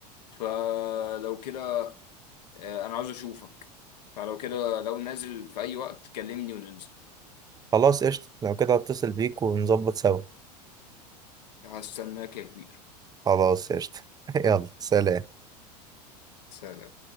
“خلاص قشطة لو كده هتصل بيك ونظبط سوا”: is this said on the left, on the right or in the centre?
Right